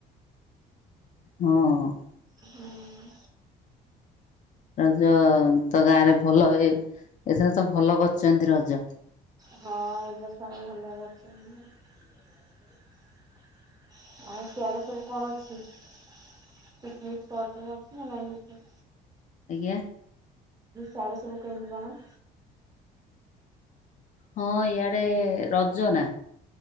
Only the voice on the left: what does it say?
ହଁ।
ରଜ ତ ଗାଁରେ ଭଲ ଏ ଏଥର ତ ଭଲ କରିଛନ୍ତି ରଜ।
ଆଜ୍ଞା।
ହଁ ଇଆଡେ ରଜ ନା।